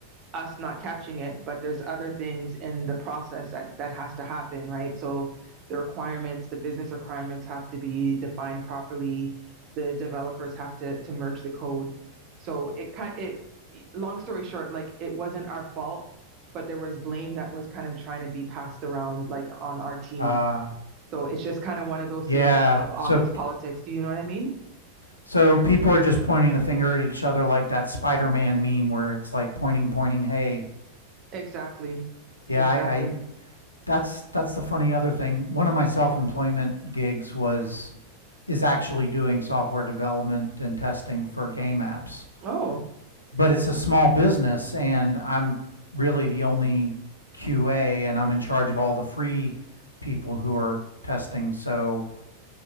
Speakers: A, on the right; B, on the left.
A: us not catching it, but there's other things in the process that that has to happen, right? So the requirements, the business requirements have to be defined properly. The developers have to to merge the code. So it kind it long story short, like it wasn't our fault, but there was blame that was kind of trying to be passed around like on our team.
B: Uh
A: So it's just kind of one of those
B: yeah.
A: things of, of office
B: So
A: politics. Do you know what I mean?
B: So people are just pointing the finger at each other like that Spider-Man meme where it's like pointing, pointing. Hey,
A: Exactly.
B: yeah,
A: Exactly.
B: I, I that's that's the funny other thing. One of my self-employment gigs was is actually doing software development and testing for game apps,
A: Oh,
B: but it's a small business, and I'm really the only QA, and I'm in charge of all the free people who are testing. So